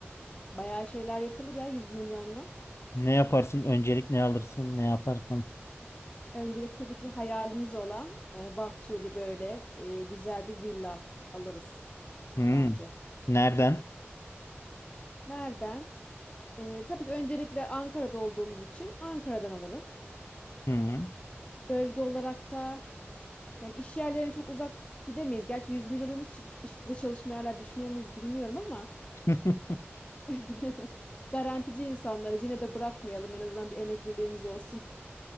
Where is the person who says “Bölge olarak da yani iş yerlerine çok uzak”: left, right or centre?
Left